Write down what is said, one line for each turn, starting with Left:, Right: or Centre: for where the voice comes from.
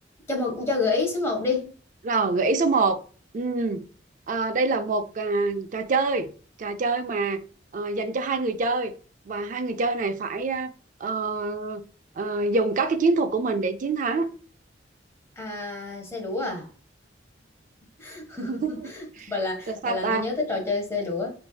Left: cho một cho gợi ý số một đi
Right: rồi gợi ý số một, ừ. à, đây là một à, trò chơi trò chơi mà ờ, dành cho hai người chơi và hai người chơi này phải à, ờ, ờ, dùng các cái chiến thuật của mình để chiến thắng
Left: à, xe đũa à <laughs>
Right: <laughs>
Left: bà là
Right: là sao
Left: bà làm
Right: ta
Left: tôi nhớ tới trò chơi xe đũa